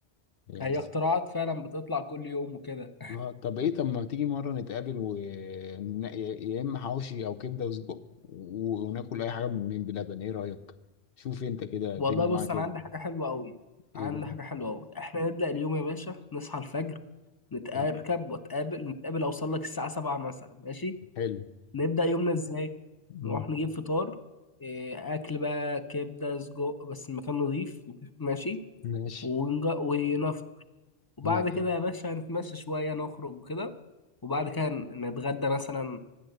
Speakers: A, on the left; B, on the left.
A: يعني
B: هي اختراعات فعلا بتطلع كل يوم وكده
A: اه طب ايه طب ما تيجي مرة نتقابل و ن- يا يا اما حواوشي او كبدة وسجق و- وناكل اي حاجة من بلبن ايه رأيك شوف انت كده
B: والله
A: الدنيا
B: بص
A: معاك
B: انا
A: ايه
B: عندي حاجه حلوه قوي
A: ايه
B: عندي
A: بقى
B: حاجه حلوه قوي احنا نبدا اليوم يا باشا نصحى الفجر نتركب
A: تم-
B: واتقابل نتقابل اوصل لك الساعه 7 مثلا ماشي
A: حلو
B: نبدا يومنا ازاي
A: مم.
B: نروح نجيب فطار إيه، اكل بقى كبده سجق بس المكان نظيف ماشي
A: ماشي
B: ونج- ونفطر وبعد
A: ماشي
B: كده يا باشا هنتمشى شويه نخرج وكده وبعد كده نتغدى مثلا